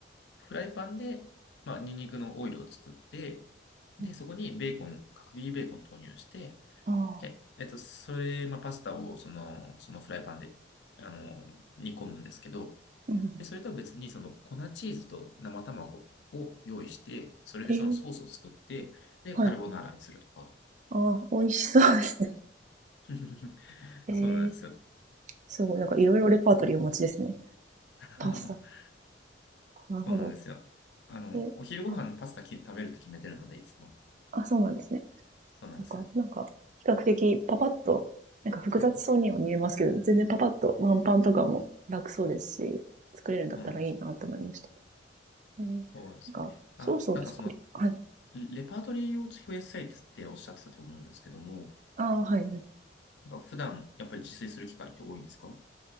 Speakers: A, on the left (about 70°); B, on the right (about 45°).
A: フライパンで、まあ、ニンニクのオイルを作って、で、
B: う
A: そこにベーコン、角切りベーコン投入して、
B: ああ、
A: え、えっと、それ、まあ、パスタをその、そのフライパンで、あの、煮込むんですけど、
B: うん、
A: で、それとは別に、その粉チーズと生卵を用意して、それでそのソースを作って、
B: えー、
A: で、
B: はい、
A: カルボナーラにするとか。
B: ああ、美味しそうですね。
A: <laughs>
B: えー、
A: そうなんですよ。
B: すごい、なんかいろいろレパートリーお持ちですね。
A: <laughs>
B: パスタ。なるほど。
A: そうなんですよ。あの、
B: え、
A: お昼ご飯パスタき食べるって決めてるので、
B: はい。
A: いつも。
B: あ、そうなんですね。
A: そうなんです。
B: そうか、なんか、比較的パパッと、なんか複雑そうには見えますけど、
A: うん。
B: 全然パパッとワンパンとかも楽そうですし、作れるんだったらいいなと思いました。
A: そうなんです。
B: うんな
A: そうですね。
B: んか、
A: あ、
B: ソースを作り、
A: なんかその、
B: はい。
A: レパートリーを増やしたいっておっしゃってたと思うんですけども、
B: ああ、はい。
A: なんか普段やっぱり自炊する機会って多いんですか